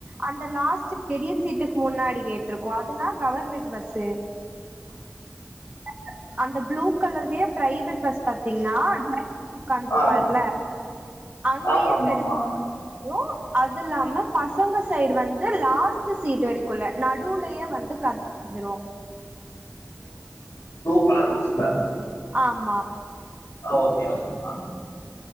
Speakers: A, on the right (about 20°); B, on the left (about 60°).
A: அந்த லாஸ்ட் பெரிய சீட்டுக்கு முன்னாடி கேட்டிருக்கோ அதுனா கவர்மெண்ட் பஸ்சு க் அந்த ப்ளூ கலர்லேயே பிரைவேட் பஸ் பத் த்திகனா டிரைவர் உட்கார்ந்துப்பாருல
B: ஆ
A: அங்கையே
B: ஆமா ஆமா
A: பெருசு
B: ஆமா
A: போ அது இல்லாம பசங்க சைடு வந்து லாஸ்ட் சீட் வரைக்குள்ள நடு நடூவலையே வந்து கத வந்துரு
B: பூளு கலர் பஸ்ல
A: ஆமா
B: ஓக்கே ஓக்கே மேம்